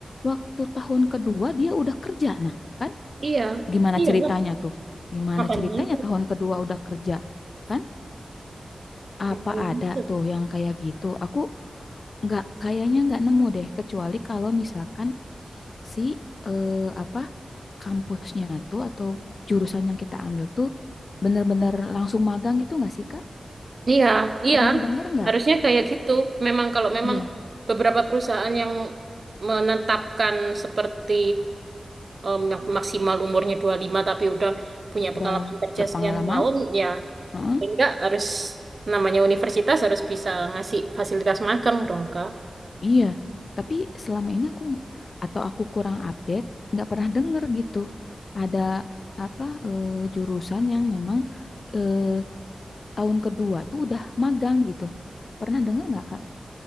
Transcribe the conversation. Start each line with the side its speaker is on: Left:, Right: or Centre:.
Left: waktu tahun kedua dia udah kerja. Nah, kan
Right: Iya.
Left: Gimana
Right: Iya
Left: ceritanya
Right: lah.
Left: tuh? Gimana
Right: Makanya
Left: ceritanya
Right: itu.
Left: tahun kedua udah kerja? Kan
Right: Makanya
Left: apa ada
Right: itu.
Left: tuh yang kayak gitu? Aku nggak kayaknya nggak nemu deh kecuali kalau misalkan si eh, apa kampusnya tuh atau jurusan yang kita ambil tuh bener-bener langsung magang gitu nggak sih Kak?
Right: Iya. Iya.
Left: Pernah denger nggak?
Right: Harusnya kayak gitu. Memang kalau memang
Left: Iya,
Right: beberapa perusahaan yang menetapkan seperti eh, mak- maksimal umurnya dua puluh lima tapi udah punya pengalaman
Left: udah
Right: kerja
Left: berpengalaman.
Right: sekian tahun, ya
Left: Heeh.
Right: paling enggak harus namanya universitas harus bisa ngasih fasilitas magang dong, Kak.
Left: Iya, tapi selama ini aku atau aku kurang update, nggak pernah denger gitu. Ada apa eh, jurusan yang memang eh, tahun kedua tuh udah magang gitu. Pernah denger nggak, Kak?